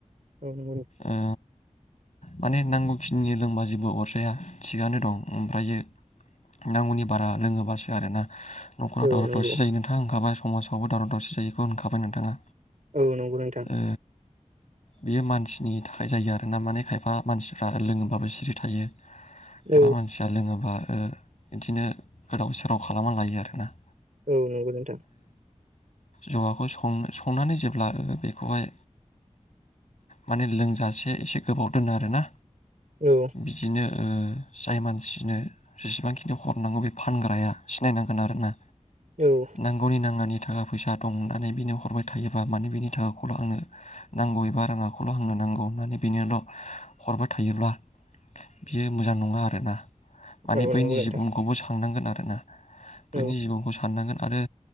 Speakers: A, on the right (about 85°); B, on the left (about 70°).
A: औ नंगौ
B: ओ माने नांगौखिनि लोंबा जेबो अरजाया थिगानो दं ओमफ्रायो नांगौनि बारा लोङोबासो आरोना नखराव
A: औ
B: दावराव
A: नंगौ
B: दावसि जायो नोंथां होनखाबाय समास आवबो दावराव दावसि जायोखौ होनखाबाय नोंथाङा
A: औ नंगौ नोंथां
B: ओ बेयो मानसिनि थाखाय जायो आरो ना माने खायफा मानसिफ्रा लोङोबाबो सिरि थायो खायफा
A: औ
B: मानसिया लोङोबा ओ बिदिनो गोदाव सोराव खालामना लायो आरो ना
A: औ नंगौ नोंथां
B: जवाखौ सं संनानै जेब्ला बेखौहाय माने लोंजासे एसे गोबाव दोनो आरोना
A: औ
B: बिदिनो ओ जाय मानसिनो जेसेबांखिनि हरनांगौ बे फानग्राया सिनायनांगोन आरोना
A: औ
B: नांगौनि नाङानि थाखा फैसा दं होननानै बिनो हरबाय थायोबा माने बिनि थाखाखौल' आंनो नांगौ एबा राङाखौल' हांनो नांगौ होननानै ल' हरबाय थायोब्ला बियो मोजां नङा आरोना माने
A: औ
B: बैनि
A: नंगौ नोंथां
B: जिबनखौबो सांनांगोन आर थाङा बैनि
A: औ
B: जिबनखौ साननांगोन। आरो